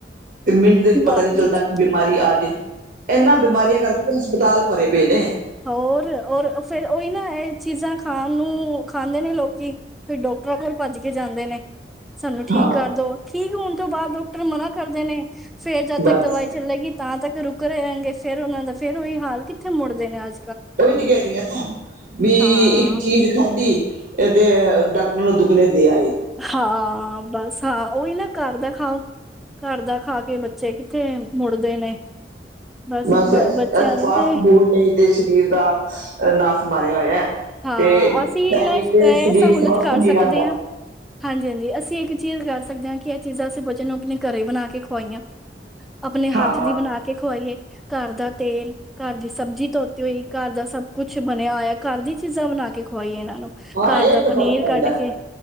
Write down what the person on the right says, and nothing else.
ਤੇ ਮਿੰਟ ਦੇ ਪਤਾ
ਨੀ ਚੱਲਦਾ
ਬਿਮਾਰੀ ਆ ਜਾੇ ਇਹਨਾਂ ਬਿਮਾਰੀਆਂ ਕਰਕੇ ਹਸਪਤਾਲ ਭਰੇ ਪਏ ਨੇ
ਹਾਂ
ਬਸ
ਉਹੀ ਤੇ ਕਹਿ ਰਹੀ ਆ ਵੀ
ਇਕ ਚੀਜ਼ ਖਾਧੀ ਇਹ ਤੇ ਡਾਕਟਰਾਂ ਨੂੰ ਦੁਖਣੇੇ ਦੇ ਆ
ਬੱਸ
ਏਸ
ਏਸ
ਫਾਸਟ
ਫੂਡ ਨੇ ਹੀ ਤੇ ਸਰੀਰ ਦਾ ਨਾਸ ਮਾਰਿਆ ਹੋਇਆ।
ਤੇ
ਤਾਂ ਹੀ ਤੇ ਸਰੀਰ
ਸਵਸਥ
ਨਹੀਂ
ਰਹਿੰਦਾ
ਹਾਂ
ਹਾਂ
ਇਹ
ਤੇ
ਫ਼ਰਕ ਪੈਂਦਾ